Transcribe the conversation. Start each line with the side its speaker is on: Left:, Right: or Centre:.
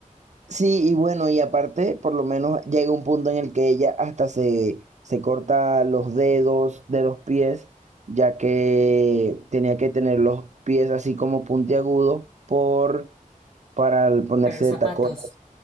Right: sí, y bueno, y aparte, por lo menos llega un punto en el que ella hasta se, se corta los dedos de los pies, ya que tenía que tener los pies así como puntiagudos por, para el ponerse
Left: Para los zapatos.
Right: de tacones.